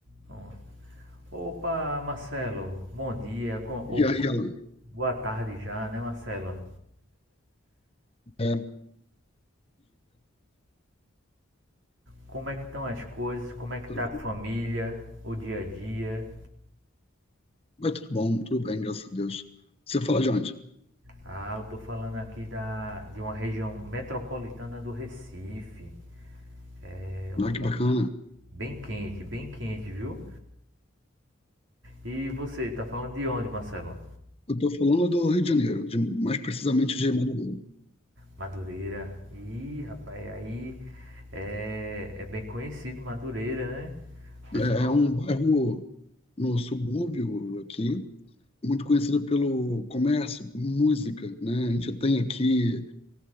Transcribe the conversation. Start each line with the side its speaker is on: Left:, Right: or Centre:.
Right: Pronto. Opa, Marcelo, bom dia, co- ou
Left: E aí
Right: boa
Left: ela,
Right: boa tarde já, né, Marcelo?
Left: é,
Right: Como é que estão as coisas? Como é que
Left: tudo
Right: tá a
Left: bom?
Right: família, o dia a dia?
Left: Mas tudo bom, tudo bem, graças a Deus. Você fala de onde?
Right: Ah, eu tô falando aqui da, de uma região metropolitana do Recife. É um lugar
Left: Ah, que bacana.
Right: bem quente, bem quente, viu? E você, tá falando de onde, Marcelo?
Left: Eu estou falando do Rio de Janeiro, de- mais precisamente de Madureira.
Right: Madureira. Ih, rapaz, aí é, é bem conhecido Madureira, né? Pessoal.
Left: É, é um bairro no subúrbio aqui, muito conhecido pelo comércio, música, né? A gente tem aqui,